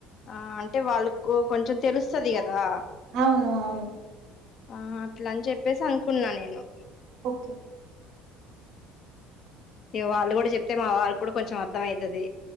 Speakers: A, on the left; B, on the right.
A: ఆ అంటే వాళ్ళకు కొంచెం తెలుస్తది కదా
B: అవును అవును
A: ఆ అట్లా అని చెప్పేసి అనుకున్న నేను
B: ఒకే
A: వాళ్ళు కూడ చెప్తే మా వాళ్కి కూడా కొంచెం అర్థం అయితది